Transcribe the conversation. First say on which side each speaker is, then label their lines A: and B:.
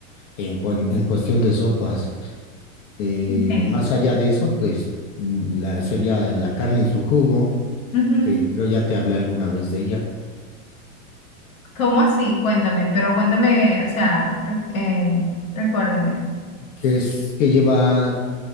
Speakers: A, on the left (about 65°); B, on the left (about 85°).
A: En, cuan- en cuestión de sopas. Eh,
B: Okay.
A: más allá de eso, pues mm, la, sería la carne en su jugo,
B: Ujú.
A: que creo ya te hablé alguna vez de ella,
B: ¿Cómo así? Cuéntame, pero cuéntame, o sea, re- eh, recuérdame.
A: que es que lleva